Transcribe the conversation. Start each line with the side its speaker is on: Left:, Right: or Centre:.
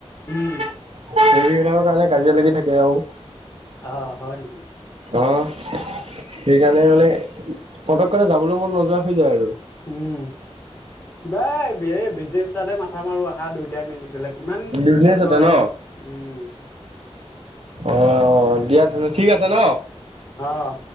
Left: উম
Right: <inaudible> কাজিয়া লাগি থাকে আৰু।
Left: অ' হয় নেকি?
Right: অ' সেইকাৰণে মানে পতক কেনে যাবলৈ মন নোযোৱা হৈ যায় আৰু
Left: উম, কিবা এই বিজনেছ তাতে মাথা মাৰো অহা দুই এতিয়া মিলিপেলে কিমান
Right: বিজনেছ
Left: লোকৰ
Right: এটা
Left: গালি
Right: ন
Left: উম।
Right: অ' দিয়া তেনে ঠিক আছে ন।
Left: অ